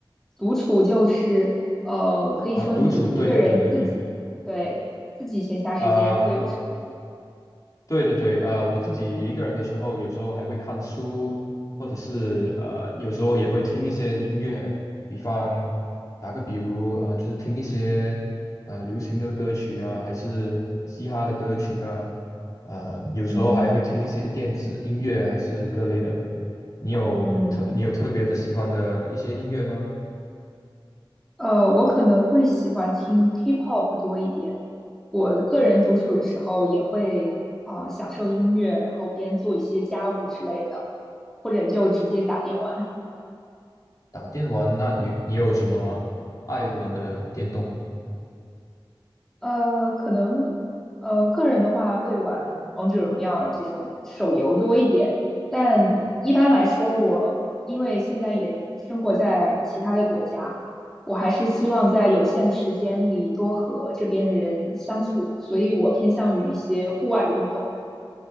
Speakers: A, in the centre; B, on the left.
A: 独处就是，呃，可以说你一个人自己，
B: 啊、独处，对呀、对对对。
A: 对，自己闲暇时间会有什么？
B: 啊，对对对，呃，我自己一个人的时候，有时候还会看书，或者是呃，有时候也会听一些音乐，比方打个比如，呃，就是听一些呃流行的歌曲啊，还是嘻哈的歌曲啊，呃，有时候还会听一些电子音乐，
A: 嗯
B: 还是各类的。你有特你有特别的喜欢的一些音乐吗？
A: 嗯，呃，我可能会喜欢听 K-pop 多一点。我个人独处的时候也会，啊、呃享受音乐，然后边做一些家务之类的，或者就直接打电玩。
B: 打电玩，那你你有什么爱玩的电动吗
A: 呃，可能呃，个人的话会玩王者荣耀这种手游多一点，但一般来说我，因为现在也生活在其他的国家，我还是希望在有限的时间里多和这边的人相处，所以我偏向于一些户外的运动。